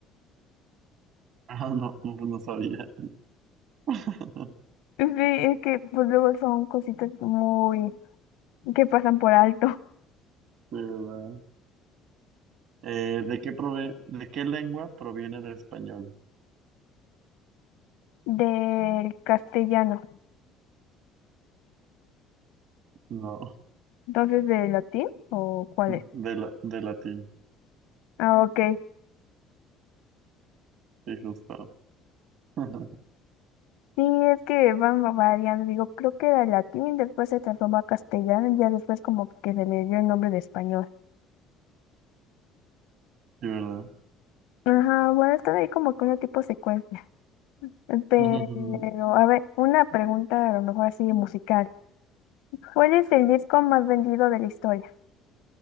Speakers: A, on the right; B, on the left.
A: Ah, no, no, pues no sabía. <laughs>
B: Sí, es que pues luego son cositas muy que pasan por alto
A: Sí, ¿verdad? Eh, ¿de qué prove- de qué lengua proviene el español?
B: del castellano.
A: No,
B: Entonces, ¿del latín o cuál
A: <laughs>
B: es?
A: de la- de latín.
B: Ah, ok.
A: Sí, justo. <laughs>
B: Sí, es que van variando. Digo, creo que era latín, después se transformó a castellano y ya después como que se le dio el nombre de español.
A: Sí, ¿verdad?
B: Ajá, bueno, están ahí como que una tipo secuencia. Pero,
A: <laughs>
B: a ver, una pregunta a lo mejor así musical. ¿Cuál es el disco más vendido de la historia?